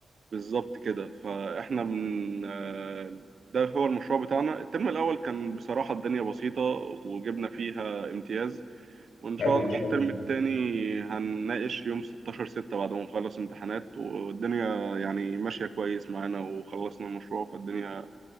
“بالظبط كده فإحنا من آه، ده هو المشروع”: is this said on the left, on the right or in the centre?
Right